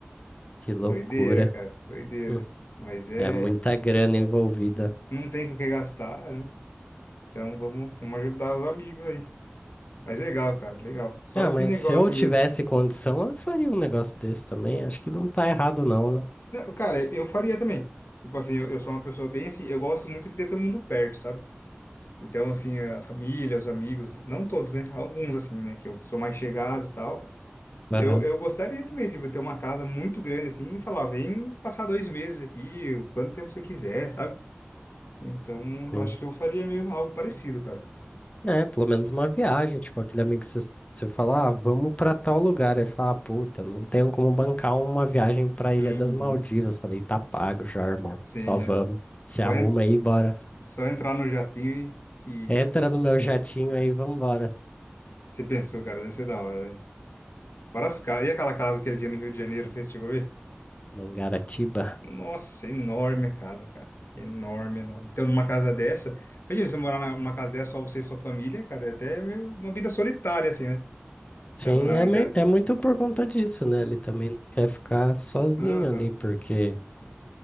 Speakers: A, on the left (about 30°); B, on the left (about 65°).
A: Que loucura.
B: Doideira, cara, doideira.
A: Hum,
B: Mas é,
A: É muita grana envolvida.
B: não tem com o que gastar, né? Então, vamos, vamos ajudar os amigos aí. Mas legal, cara, legal. Só
A: Ah,
B: esse
A: mas
B: negócio
A: se eu tivesse
B: mesmo.
A: condição, eu faria um negócio desse também. Acho que não tá errado, não, né?
B: Não, cara, eu faria também. Tipo assim, eu, eu sou uma pessoa bem assim, eu gosto muito de ter todo mundo perto, sabe? Então, assim, a família, os amigos, não todos, né? Alguns, assim, né? Que eu sou mais chegado e tal.
A: Aham,
B: Eu, eu gostaria também, tipo, ter uma casa muito grande, assim, e falar, vem passar dois meses aqui, quanto tempo você quiser, sabe? Então,
A: sim.
B: eu acho que eu faria mesmo algo parecido, cara.
A: É, pelo menos uma viagem, tipo, aquele amigo que você você fala, ah, vamos pra tal lugar. Ele fala, ah, puta, não tenho como bancar uma viagem pra Ilha
B: Uhum.
A: das Maldivas. Falei, tá pago já, irmão.
B: Sim,
A: Só vamos.
B: é
A: Se
B: só,
A: arruma
B: en-
A: aí, bora.
B: só entrar no jatinho e,
A: Entra
B: e
A: no meu jatinho aí, vambora.
B: você pensou, cara, deve ser da hora, né? Várias casas. E aquela casa que ele tinha no Rio de Janeiro, não sei se você chegou a ver?
A: Mangaratiba.
B: Nossa, enorme a casa, cara. Enorme, enorme. Então, numa casa dessa, imagina você morar na- numa casa dessa, só você e sua família, cara, é até meio uma vida solitária, assim, né?
A: Sim,
B: Então, não,
A: é, mui-
B: já.
A: é muito por conta disso, né? Ele também não quer ficar sozinho
B: Aham.
A: ali, porque